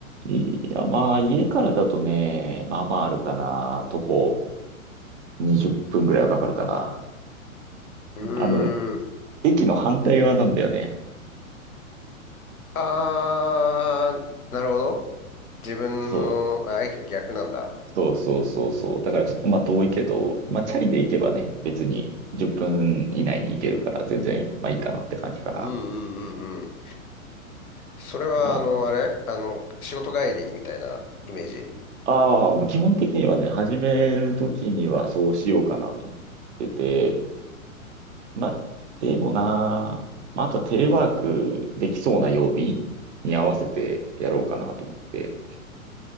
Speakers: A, on the right; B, on the left.
A: いや、まあ、家からだとね、まあまああるかな。徒歩20分ぐらいはかかるかな。
B: うーん。
A: あの、駅の反対側なんだよね。
B: あー、なるほど。自分の、
A: そ
B: あ、駅の逆なんだ。
A: う。そうそうそうそう。だからちょっとまあ遠いけど、まあチャリで行けばね、別に10分以内に行けるから全然まあいいかなって感じかな。
B: うんうんうんそれは、
A: まあ
B: あの、あれあの、仕事帰りにみたいなイメージ
A: ああ、基本的にはね、始めるときにはそうしようかなと思ってて、まあ、でもなあ、まあ、あとはテレワークできそうな曜日に合わせてやろうかなと思って。